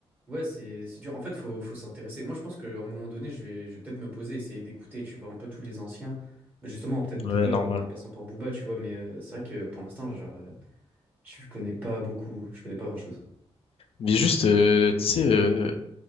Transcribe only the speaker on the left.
Ouais,
normal.
Mais juste, euh, tu sais, euh,